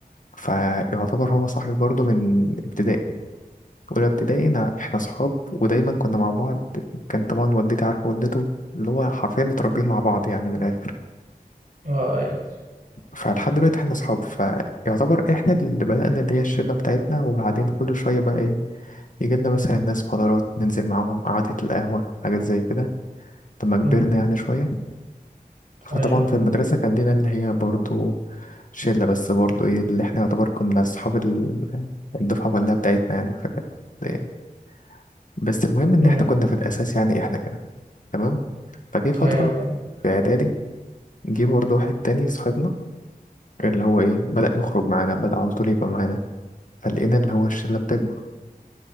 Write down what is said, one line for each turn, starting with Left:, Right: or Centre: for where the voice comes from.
Left: فيعتبر هو صاحبي برضه من ابتدائي أولى ابتدائي أنا إحنا صحاب ودايما كنا مع بعض كان طبعا والدتي عارفة والدته اللي هو حرفيا متربيين مع بعض يعني من الآخر
Right: اه ايوه
Left: فلحد دلوقتي احنا اصحاب فيعتبر احنا اللي بدأنا اللي هي الشلة بتاعتنا وبعدين كل شوية بقى ايه يجي لنا مثلا ناس فترات ننزل معاهم قعدة القهوة حاجات زي كده لما كبرنا
Right: امم
Left: يعني شوية
Right: ايوه
Left: وطبعا في المدرسة كان لنا اللي هي برضو شلة بس برضو ايه اللي احنا يعتبر كنا اصحاب ال- الدفعة كلها بتاعتنا يعني فكانت إيه. بس المهم ان
Right: امم
Left: احنا كنا في الاساس يعني احنا كده تمام فجه فترة
Right: ايوه فاهم
Left: في اعدادي جه برضو واحد تاني صاحبنا اللي هو ايه بدأ يخرج معانا بدأ على طول يبقى معانا فلقينا اللي هو الشلة بتكبر